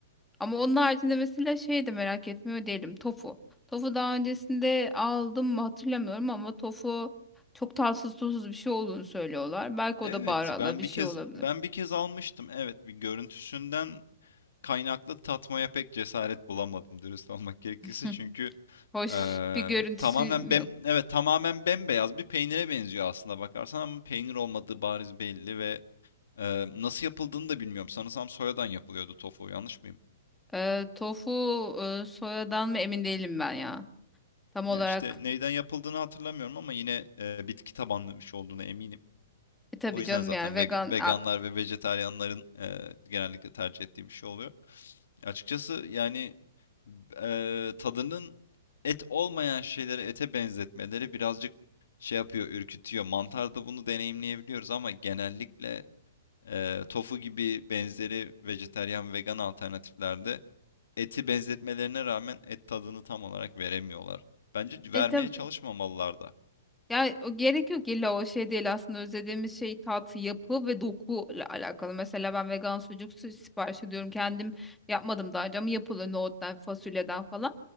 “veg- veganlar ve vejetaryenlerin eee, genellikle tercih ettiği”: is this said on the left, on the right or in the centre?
Left